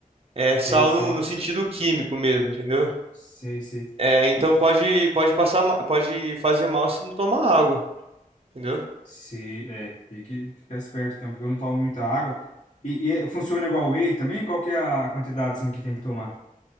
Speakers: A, on the right; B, on the left.
A: é
B: Sei,
A: sal
B: sei.
A: no, no sentido químico mesmo, entendeu?
B: Sei, sei.
A: É, então
B: E, e-
A: pode, pode passar, ma- pode fazer mal se não tomar água, entendeu?
B: sei, é. Tem que ficar esperto, então, porque eu não tomo muita água. E, e é- funciona igual whey também? Qual que é a quantidade, assim, que tem que tomar?